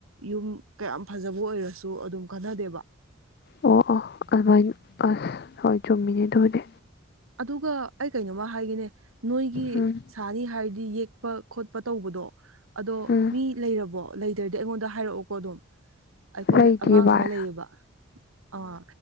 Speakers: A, on the right (about 80°); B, on the left (about 50°).
A: ꯌꯨꯝ ꯀꯌꯥꯝ ꯐꯖꯕ ꯑꯣꯏꯔꯁꯨ ꯑꯗꯨꯝ ꯈꯟꯅꯗꯦꯕ
B: ꯑꯣ ꯑꯣ ꯑꯗꯨꯃꯥꯏꯅ ꯑꯁ ꯍꯣꯏ ꯆꯨꯝꯃꯤꯅꯦ ꯑꯗꯨ ꯑꯣꯏꯗꯤ
A: ꯑꯗꯨꯒ ꯑꯩ ꯀꯩꯅꯣꯝꯃ ꯍꯥꯏꯒꯅꯦ ꯅꯣꯏꯒꯤ
B: ꯎꯝ
A: ꯁꯥꯅꯤ ꯍꯥꯏꯔꯗꯤ ꯌꯦꯛ ꯆꯠꯄ ꯈꯣꯠꯄ ꯇꯧꯕꯗꯣ ꯑꯗꯣ
B: ꯎꯝ
A: ꯃꯤ ꯂꯩꯔꯕꯣ ꯂꯩꯇ꯭ꯔꯗꯤ ꯑꯩꯉꯣꯟꯗ ꯍꯥꯏꯔꯛꯑꯣꯀꯣ ꯑꯗꯨꯝ ꯑꯩꯈꯣꯏ
B: ꯂꯩꯇꯦ
A: ꯑꯉꯥꯡ
B: ꯚꯥꯏ
A: ꯑꯃ ꯂꯩꯌꯦꯕ ꯑꯥ